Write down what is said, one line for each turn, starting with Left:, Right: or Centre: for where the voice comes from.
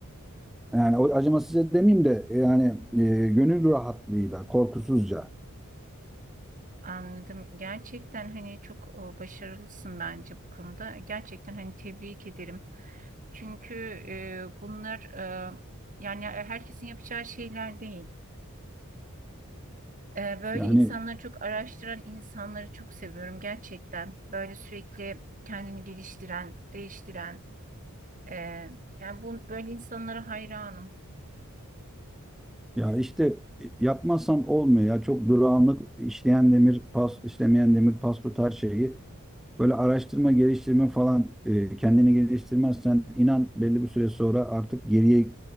Centre: Yani o acımasızca demeyeyim de yani e, gönül rahatlığıyla, korkusuzca.
Right: Anladım. Gerçekten hani çok e, başarılısın bence bu konuda. Gerçekten hani tebrik ederim. Çünkü e, bunlar e, yani e, herkesin yapacağı şeyler değil. E, böyle
Centre: Yani
Right: insanları çok araştıran insanları çok seviyorum gerçekten. Böyle sürekli kendini geliştiren, değiştiren. e, yani bu, böyle insanlara hayranım.
Centre: ya işte e, yapmazsam olmuyor ya. Çok durağanlık işleyen demir pas, işlemeyen demir pas tutar şeyi. Böyle araştırma, geliştirme falan e, kendini geliştirmezsen inan belli bir süre sonra artık geriye